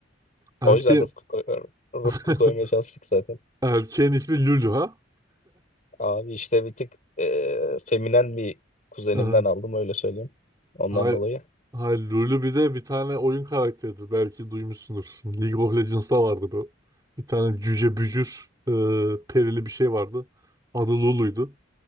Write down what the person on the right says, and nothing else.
Erke...
<laughs>
Erkeğin ismi Lulu ha?
<laughs>
Hayır,
hayır Lulu bir de bir tane oyun karakteridir. Belki duymuşsundur. League of Legends'ta vardı bu. Bir tane cüce bücür e, perili bir şey vardı. Adı Lulu'ydu.